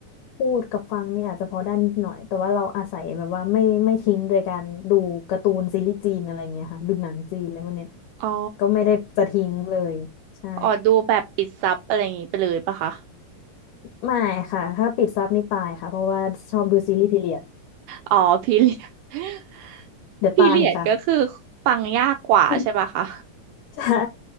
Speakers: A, on the left; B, on the right.
A: พูดกับฟังนี่อาจจะพอได้นิดหน่อยแต่ว่าเราอาศัยแบบว่าไม่ไม่ทิ้งโดยการดูการ์ตูนซีรีส์จีนอะไรเงี้ยค่ะดูหนังจีนอะไรพวกเนี้ย
B: อ๋อ
A: ก็ไม่ได้จะทิ้งเลยใช่
B: อ๋อดูแบบปิดซับอะไรอย่างงี้ไปเลยป่ะคะ
A: ไม่ค่ะถ้าปิดซับนี่ตายค่ะเพราะว่าชอบดูซีรีส์พีเรียด
B: อ๋อพีเรียด <laughs>
A: เดี๋ยวตายค่ะ
B: พีเรียดก็คือฟังยากกว่าใช่ป่ะคะ
A: <laughs> ใช่